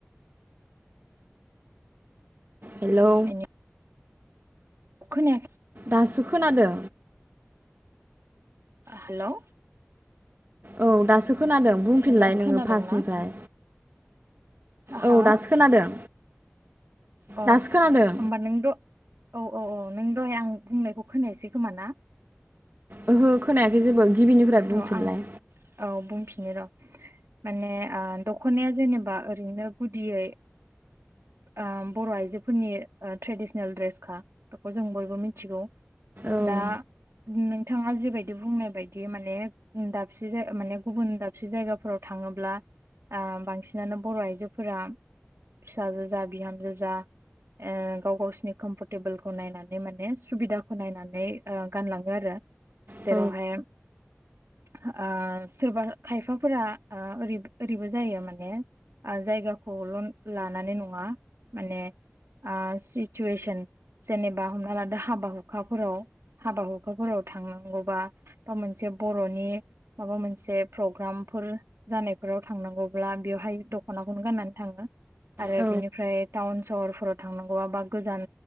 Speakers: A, on the right; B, on the right.
A: हेलौ
B: जायगा खोनायाखै
A: दासो खोनादो।
B: हेलौ
A: औ दासो खोनादों बुंफिनलाय
B: हेलौ
A: नोङो
B: खोनादोंना
A: फार्स्टनिफ्राय
B: हा
A: औ दासो खोनादों
B: अ
A: दासो खोनादों
B: होमबा नों द औ औ औ नों दहाय आं बुंनायखौ खोनायसै खोमा ना?
A: ओ हो खोनायाखै जेबो गिबिनिफ्राय बुंफिनलाय
B: र आं औ बुं फिननि र माने ओ दखनाया जेनेबा ओरैनो गुदियै ओ बर आइजोफोरनि ओ ट्रेडिसनेल ड्रेसखा बेखौ जों बयबो मिथिगौ
A: औ
B: दा नोंथाङा जेबायदि बुंनाय बाय बिदि माने उम दाबसे जाय माने गुबुन दाबसे जायगाफोराव थाङोब्ला ओ बांसिनानो बर आइजोफोरा फिसाजो जा बिहामजो जा ओ गाव गावसिनि कम्फरटेबोलखौ नायनानै माने सुबिदाखौ नायनानै ओ गानलाङो आरो जेरावहाय
A: औ
B: ओ सोरबा खायफाफोरा ओ ओरै ओरैबो जायो माने ओजायगाखौल लानानै नङा माने ओ सिचुवेसन जेनेबा हमना लादो हाबा हुखाफोराव हाबा हुखाफोराव थांनांगौबा बा मोनसे बरनि माबा मोनसे प्रग्रामफोर जानायफोराव थांनांगौब्ला बेवहाय दखनाखौनो गाननानै थाङो आरो
A: औ
B: बिनिफ्राय टाउन सहर फोराव थानांगौबा बा गोजान